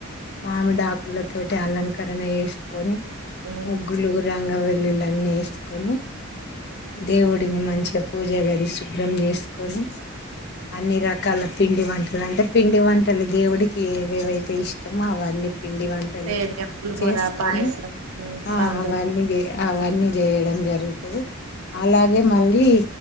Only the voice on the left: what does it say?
మామిడాకుల తోటి అలంకరణ చేసుకొని
ముగ్గులుగు రంగవ <unintelligible> వేసుకొని దేవుడిని మంచిగా పూజ గది శుభ్రం చేసుకొని అన్ని రకాల పిండి వంటలు అంటే పిండి వంటలు దేవుడికి ఏవేవైతే ఇష్టమో అవన్నీ పిండి వంటలు
చేసుకొని
ఆ
అవన్నీ అవన్నీ చేయడం జరుగు అలాగే మళ్ళీ